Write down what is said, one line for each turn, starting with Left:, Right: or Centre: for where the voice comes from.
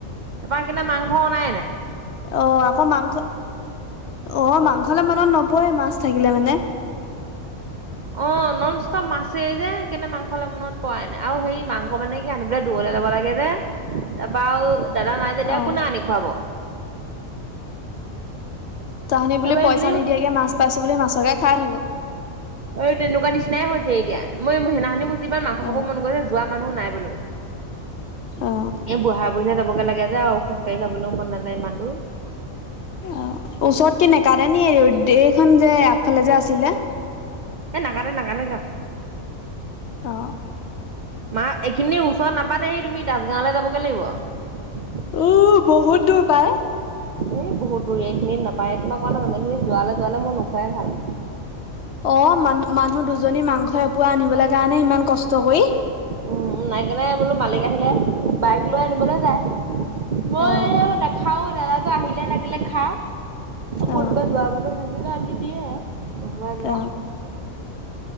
Right: ব কিনে মাংস নাই।
Left: আহ আকৌ মাংস অ মাংসলে মনত নপৰে মাছ থাকিলে মানে
Right: অ নন ষ্টপ মাছেই যে কিন্তনে মাংস হলে মনত পোৱাই নাই আৰু সেই মাংস মানে কি আনিবলৈ দুৱ। লব লাগে যে তাৰপা দাদা নাই যেতিয়া
Left: অ
Right: কোনে আনি খুৱাব।
Left: তাহানি বুলি
Right: তাৰপৰা
Left: পইচা
Right: এইকেইদিন
Left: নিদিয়াকে মাছ পাইছো বুলি মাছকে খাই থাকো।
Right: এই তেনেকুৱা নিচিনাই হৈছে এতিয়া মই সেনাখনিনি গুছো ইমান মাংস
Left: অ
Right: খাব মন গৈছে যোৱা মানুহ নাই বো।
Left: অ
Right: এ বুহ বহনে যাবগে লাগে যে আৰু খোজ কাঢ়ি যাবলৈও মন নাযায় ইমান দোৰ।
Left: অ ওচৰত কিনেকাতে নি এইখন যে আগফালে যে আছিলে?
Right: এ নাকাটে নাকাটে তাত।
Left: অ
Right: মা এইখিনিৰ ওচৰত নাপাতে তুমি দাসগাঁৱলে যাবগৈ লাগিব।
Left: উ বহুত দূৰ পায়।
Right: এই বহুত দূৰ এই খিনিত নাপায় তোমাৰ কোৱা নাই জানো এইখিনি যোৱালে যোৱালে মোৰ নোখোৱাই ভাল।
Left: অ মানু মানুহ দুজনী মাংস এপোৱা আনিবলৈ কাৰণে ইমান কষ্ট কৰি।
Right: উ নাই কেনে বোলো মালিক আহিলে বাইক লৈ আনিবলৈ যায়। মই
Left: অ
Right: নাখা- খাও নালাগে, আহিলে লাগিলে খাও। কোনোবা
Left: অ
Right: যোৱা মানুহ থাকিলে আনি দিয়ে। নহব এই বিলাক,
Left: অ
Right: উমহো।